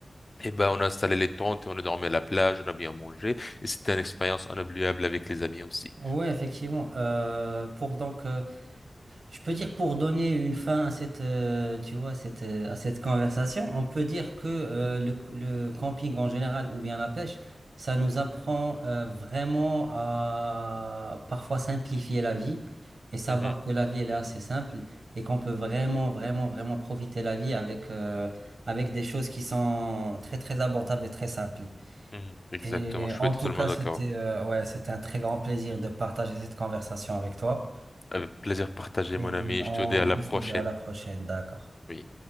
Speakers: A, on the left; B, on the right.
A: Et ben, on a installé les tentes et on a dormi à la plage, on a bien mangé. Et c'était une expérience inoubliable avec les amis aussi.
B: Ouais, effectivement. Euh, pour donc... euh, Je peux dire pour donner une fin à cette, euh, tu vois, à cette, euh, à cette conversation, on peut dire que euh, le, le camping en général ou bien la pêche, ça nous apprend euh, vraiment à parfois simplifier la vie et savoir
A: Mhm,
B: que la vie elle est assez simple et qu'on peut vraiment, vraiment, vraiment profiter la vie avec, euh, avec des choses qui sont très, très abordables et très simples.
A: mhm. Exactement,
B: Et
A: je suis
B: en
A: totalement
B: tout cas,
A: d'accord.
B: c'était euh, ouais, c'était un très grand plaisir de partager cette conversation avec toi.
A: Avec plaisir partagé,
B: Et
A: mon ami. Je
B: on
A: te dis à
B: peut
A: la prochaine.
B: se dire à la prochaine, d'accord.
A: Oui.